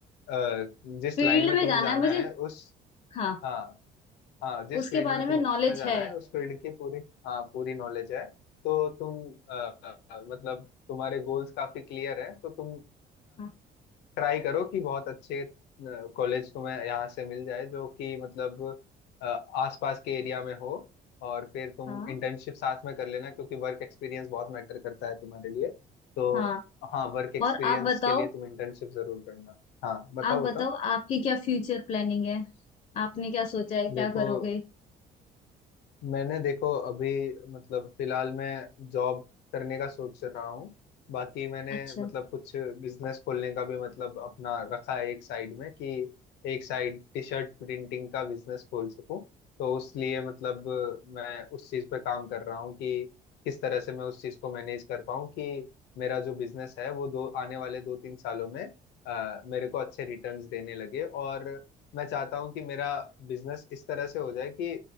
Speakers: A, on the left; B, on the left.
A: अ, जिस
B: फील्ड
A: लाइन में
B: में
A: तुम्हें
B: जाना
A: जाना
B: है मुझे
A: है उस
B: हाँ
A: हाँ हाँ जिस
B: उसके
A: फील्ड
B: बारे
A: में
B: में
A: तुम्हें
B: नॉलेज
A: जाना
B: है
A: है उस फील्ड की पूरी हाँ पूरी नॉलेज है तो तुम अ, अ, मतलब तुम्हारे गोल्स काफी क्लियर हैं तो तुम
B: हाँ
A: ट्राई करो कि बहुत अच्छे कॉलेज तुम्हें यहाँ से मिल जाए जो कि मतलब अ, आसपास के एरिया में हो और फिर तुम
B: हाँ
A: इंटर्नशिप साथ में कर लेना क्योंकि वर्क एक्सपीरियंस बहुत मैटर करता है तुम्हारे लिए तो
B: हाँ।
A: हाँ वर्क एक्सपीरियंस
B: और आप बताओ
A: के लिए तुम इंटर्नशिप जरूर करना हाँ बताओ
B: आप बताओ
A: बताओ
B: आपकी क्या फ्यूचर प्लानिंग है आपने क्या सोचा है क्या
A: देखो
B: करोगे
A: मैंने देखो अभी मतलब फिलहाल मैं जॉब करने का सोच रहा हूँ बाकी मैंने
B: अच्छा
A: मतलब कुछ बिजनेस खोलने का भी मतलब अपना रखा है एक साइड में कि एक साइड टी शर्ट प्रिंटिंग का बिजनेस खोल सकूँ तो उस लिए मतलब मैं उस चीज़ पे काम कर रहा हूँ कि किस तरह से मैं उस चीज़ को मैनेज कर पाऊँ कि मेरा जो बिजनेस है वो दो आने वाले दो तीन सालों में अ, मेरे को अच्छे रिटर्न्स देने लगे और मैं चाहता हूँ कि मेरा बिजनेस इस तरह से हो जाए कि